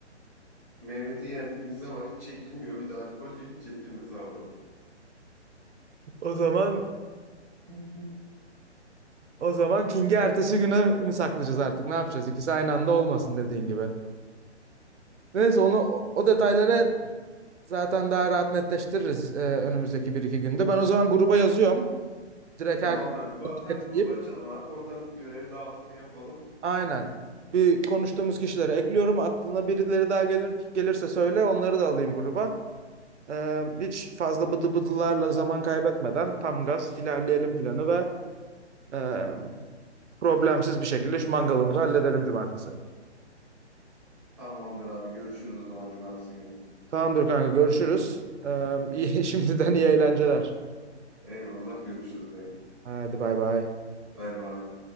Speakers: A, in the centre; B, on the right.
A: Mehmet'i yendiğimiz zaman hiç çekilmiyor. Bir de alkollü hiç çekilmez abi o.
B: O zaman
A: <laughs>
B: O zaman King'i ertesi güne mi saklayacağız artık? Ne yapacağız? İkisi aynı anda olmasın dediğin gibi. Neyse onu o, o detayları zaten daha rahat netleştiririz e, önümüzdeki bir iki günde. Ben o zaman gruba yazıyorum. Direkt
A: Tamamdır
B: her
A: abi. Bir WhatsApp
B: ekleyip
A: grubu açalım abi. Oradan görev dağılımını yapalım.
B: aynen. Bir konuştuğumuz kişileri ekliyorum. Aklına birileri daha gelir gelirse söyle onları da alayım gruba. E, hiç fazla bıdı bıdılarla zaman kaybetmeden tam gaz ilerleyelim planı ve e, problemsiz bir şekilde şu mangalımızı halledelim cumartesi.
A: Tamamdır abi. Görüşürüz o zaman cumartesi günü.
B: Tamamdır kanka görüşürüz. Ee, iyi, <laughs> şimdiden iyi eğlenceler.
A: Eyvallah görüşürüz dayı.
B: Hadi bay bay.
A: Bay bay.